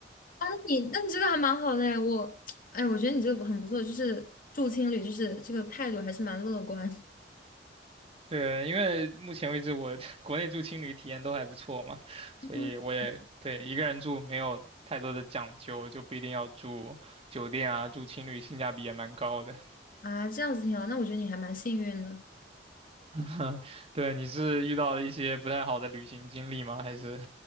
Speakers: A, on the left (about 50°); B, on the right (about 35°).
A: 啊，那你那你这个还蛮好的哎，我 <tsk> 哎，我觉得你这个很不错，就是住青旅，就是这个态度还是蛮乐观
B: <laughs> 对，因为目前为止我 <laughs> 国内住青旅体验都还不错嘛，所以我也对一个人住没有太多的讲究，
A: <laughs>
B: 就不一定要住酒店啊，住青旅性价比也蛮高的。
A: 啊，这样子挺好。那我觉得你还蛮幸运的
B: <laughs> 对，你是遇到了一些不太好的旅行经历吗？还是？